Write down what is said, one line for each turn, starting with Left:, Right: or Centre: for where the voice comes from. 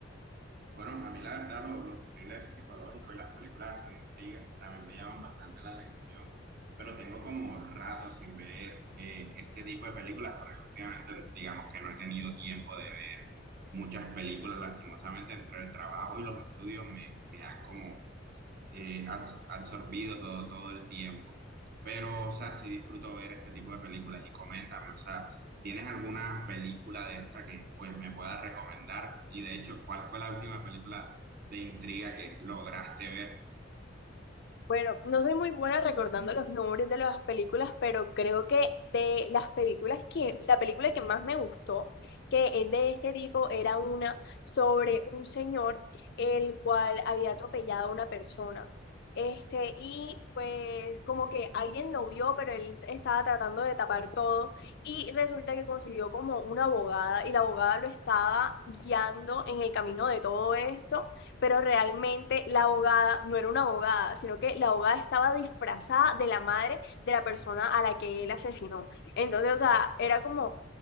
Right: Bueno, a mí la verdad lo- los, thrillers psicológicos y las películas así de intriga también me llaman bastante la atención, pero tengo como rato sin ver eh, este tipo de películas porque últimamente digamos que no he tenido tiempo de ver muchas películas, lastimosamente entre el trabajo y los estudios me, me ha como eh, abs- absorbido todo, todo el tiempo. Pero, o sea, sí disfruto ver este tipo de películas y coméntame, o sea, ¿tienes alguna película de esta que pues me puedas recomendar? Y de hecho, ¿cuál fue la última película de intriga que lograste ver?
Left: Bueno, no soy muy buena recordando los nombres de las películas, pero creo que de las películas que, la película que más me gustó, que es de este tipo, era una sobre un señor el cual había atropellado a una persona. Este, y pues como que alguien lo vio, pero él estaba tratando de tapar todo y resulta que consiguió como una abogada y la abogada lo estaba guiando en el camino de todo esto pero realmente la abogada no era una abogada, sino que la abogada estaba disfrazada de la madre de la persona a la que él asesinó. Entonces, o sea, era como,